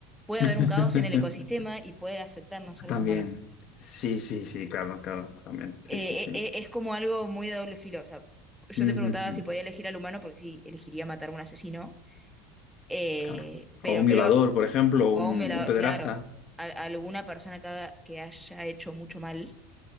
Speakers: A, in the centre; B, on the left.
A: puede
B: <laughs>
A: haber un caos en el ecosistema y puede afectarnos a los seres
B: también.
A: humanos.
B: Sí, sí, sí, claro, claro, también.
A: Eh,
B: Sí, sí, sí.
A: eh, eh, es como algo muy de doble filo. O sea, yo
B: Ujú,
A: te preguntaba
B: ujú,
A: si podía elegir al humano porque sí, elegiría matar a un asesino. Eh,
B: Claro.
A: pero
B: O un
A: creo,
B: violador, por ejemplo,
A: o
B: o un,
A: a un violador,
B: un pederasta.
A: claro, a, a alguna persona que, haga- que haya hecho mucho mal.